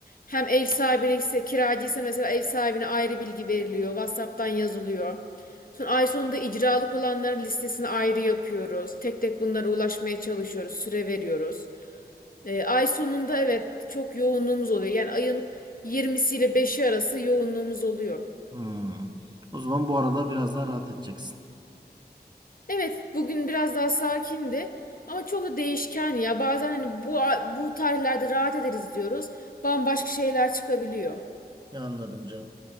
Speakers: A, on the left (about 55°); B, on the right (about 25°).
A: Hem ev sahibine ise kiracıysa mesela ev sahibine ayrı bilgi veriliyor. WhatsApp'tan yazılıyor. Sonra ay sonunda icralık olanların listesini ayrı yapıyoruz. Tek tek bunlara ulaşmaya çalışıyoruz. Süre veriyoruz. E, ay sonunda evet çok yoğunluğumuz oluyor. Yani ayın 20'si ile 5'i arası yoğunluğumuz oluyor.
B: Hmm. O zaman bu aralar biraz daha rahat edeceksin.
A: Evet, bugün biraz daha sakindi ama çok da değişken ya. Bazen hani bu bu tarihlerde rahat ederiz diyoruz. Bambaşka şeyler çıkabiliyor.
B: Ya, Anladım canım.